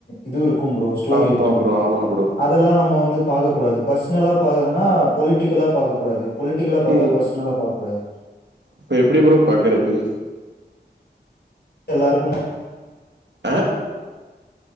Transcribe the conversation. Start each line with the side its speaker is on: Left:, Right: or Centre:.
Left: இதுவுருக் க்கும் ப்ரோ ஸ்டோரி
Right: ஆமா
Left: இருக்கு
Right: ப்ரோ ஆமா ப்ரோ
Left: ல்லா நம்ம வந்து பாக்கக்கூடது பர்ஸ்னலா பாக்கனுன்னா பொலிட்டிக்கலா பாக்கக்கூடாது பொலிட்டிக்கலா பாத்தா
Right: ம்
Left: பர்ஸ்னலா பாக்கக் கூடாது
Right: இப்ப எப்பிடி ப்ரோ பாக்குறது
Left: எல்லாருக்கும்
Right: அ